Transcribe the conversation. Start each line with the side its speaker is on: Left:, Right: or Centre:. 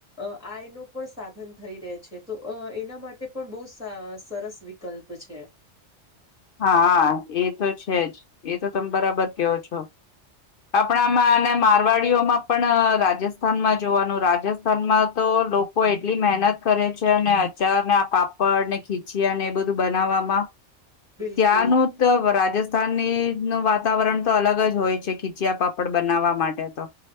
Centre: આય નો પણ સાધન થઈ રહે છે તો એના માટે પણ બહુ સરસ વિકલ્પ છે.
Left: હા એ તો છે જ એ તો તમે બરાબર કેહો છો. આપણામાં અને મારવાડીઓમાં પણ રાજસ્થાનમાં જોવાનું રાજસ્થાનમાં તો લોકો એટલી મહેનત કરે છે ને અચારને, આ પાપડ ને, ખીચયા ને એ બધું બનાવવામાં.
Centre: બિલકુલ
Left: ત્યાંનું તો રાજસ સ્થાની ણુ વાતાવરણ તો અલગ જ હોય છે ખીચયા પાપડ બનાવવા માટે તો.